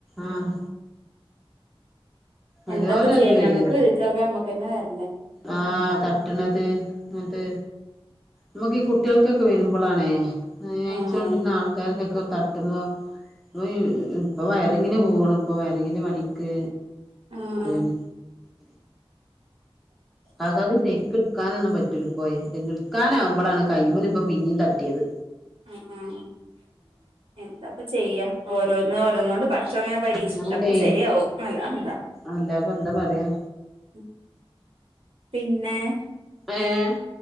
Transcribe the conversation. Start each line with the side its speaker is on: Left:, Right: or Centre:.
Centre: ആഹ്
Right: എന്താപ്പ
Centre: ഓരോരോ
Right: ചെയ്യാ
Centre: ഇത് വരാ
Right: ഞമ്മക്ക് വിതിച്ചാെക്കെ ഞമ്മക്കെന്നെ വെരെണ്ടെ
Centre: ആഹ് തട്ട്ണത് അത് മ്മക്ക് ഈ കുട്ട്യോൾക്കൊക്കെ വെര്മ്പളാണ് ഏഹ് നെയ്ച്ചാെണ്ടര്ണ
Right: ആഹ്
Centre: ആൾക്കാര്ക്കൊക്കാ തട്ട്മ്പാ <unintelligible> ഇപ്പൊ വയറിങ്ങ്ന് പോവാണ് ഇപ്പൊ വയറിങ്ങ്ന്റെ പണിക്ക്
Right: ആഹ്
Centre: പോയ്ണ് അതാത് സെര്ക്ക്ട്ക്കാനൊന്നും പറ്റൂലാ പോയെ ഇങ്ങെട് ക്കാനാവുമ്പളാണ് കയ്യ്മ്മല്‌പ്പം പിന്നിം തട്ട്യേത്
Right: ആഹ് ആഹ് എന്താപ്പ ചെയ്യാ ഓരോന്ന് ഓരോന്നോണ്ട് പട്ച്ചാേൻങ്ങനെ പരീ
Centre: ഞാനടേ
Right: ഒക്കെ സെര്യാവും അല്ലാതെന്താ
Centre: അല്ലാപ്പ എന്താ പറയാ
Right: ഉം പിന്നേ
Centre: ഏഹ്